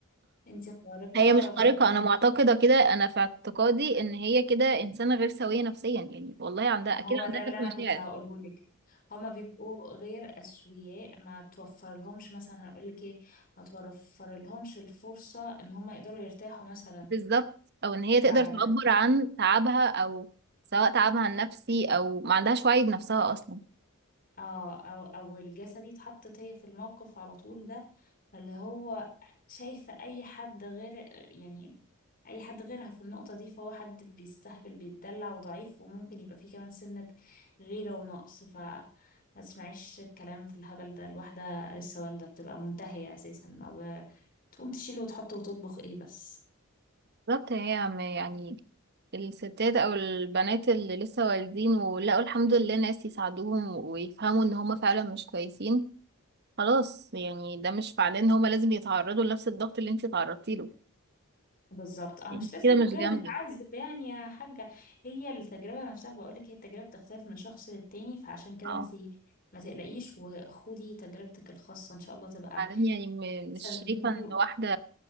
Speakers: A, on the left; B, on the right.
A: انتي خارقة
B: هي مش
A: ربنا
B: خارقه انا معتقده كده انا في اعتقادي ان هي كده انسانه غير سويه نفسيا يعني والله عندها
A: ما
B: اكيد
A: هو ده
B: عندها
A: اللي
B: كافة
A: انا
B: مشاعر
A: كنت هقوله لك هما بيبقوا غير اسوياء ما توفر لهمش مثلا هنقول لك ايه ما توفر لهمش الفرصة ان هما يقدروا يرتاحوا مثلا
B: بالظبط او ان هي
A: بعد
B: تقدر تعبر عن تعبها او سواء تعبها النفسي او ما عندهاش وعي بنفسها اصلا
A: اه او او الجلسه دي اتحطت هي في الموقف على طول ده فاللي هو شايفه اي حد غير يعني اي حد غيرها في النقطه دي فهو حد بيستهبل بيتدلع وضعيف وممكن يبقى فيه كمان سنه غيره ونقص ف ما تسمعيش الكلام في الهبل ده الواحده لسه والده بتبقى منتهيه اساسا ما ب... تقوم تشيل وتحط وتطبخ ايه بس
B: بالظبط هي م- يعني الستات او البنات اللي لسه والدين ولقوا الحمد لله ناس يساعدوهم ويفهموا ان هما فعلا مش كويسين خلاص يعني ده مش معناه ان هما لازم يتعرضوا لنفس الضغط اللي انت تعرضتي له
A: بالظبط اه
B: انت
A: مش لازم
B: كده مش
A: كلنا
B: جامدة
A: <laughs> نتعذب يعني يا حاجة هي التجربة نفسها بقولك هي التجربة بتختلف من شخص للتاني فعشان كده
B: اه
A: انتي ما تقلقيش وخدي تجربتك الخاصة ان شاء الله تبقى
B: بعدين يعني م- مش
A: احسن مني
B: شايفة ان
A: و...
B: واحدة